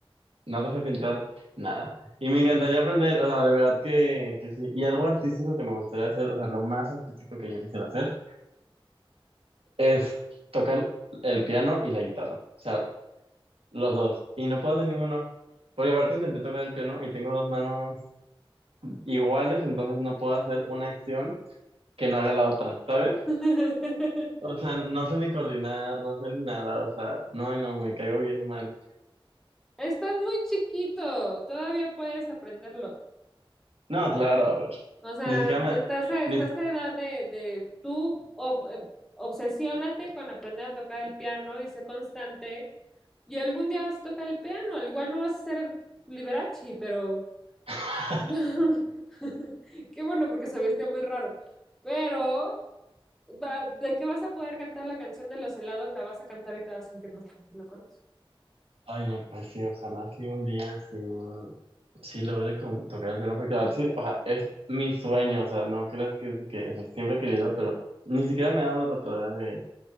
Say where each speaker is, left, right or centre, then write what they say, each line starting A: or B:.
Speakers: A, on the right; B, in the centre.
A: nada sé pintar nada. Y me encantaría aprender, o sea, de verdad que, que sí. Y algo artístico que me gustaría hacer, o sea, lo más artístico que yo quisiera hacer es tocar el piano y la guitarra. O sea, los dos. Y no puedo hacer ninguno. Porque aparte intenté tocar el piano y tengo dos manos iguales, entonces no puedo hacer una acción. que no haga la otra, ¿sabes?
B: <laughs>
A: O sea, no sé ni coordinar, no sé ni nada, o sea, no, y no, me caigo bien mal.
B: Estás muy chiquito, todavía puedes aprenderlo.
A: No, claro, a ver,
B: O sea,
A: ni siquiera me...
B: estás a, estás
A: Ni...
B: a edad de, de tú ob- eh, obsesiónate con aprender a tocar el piano y sé constante. Y algún día vas a tocar el piano. Al Igual no vas a ser Liberace, pero
A: <laughs>
B: <laughs> qué bueno porque se vestía muy raro. Pero va- de que vas a poder cantar la canción de los helados, la vas a cantar y te vas a sentir más tranquilo con eso.
A: Ay, no, pues sí, ojalá sí un día sí, sí logre con- tocar el piano, porque la verdad sí, o sea, es mi sueño, o sea, no creas que, que o sea, siempre he querido, pero ni siquiera me he dado la tarea de,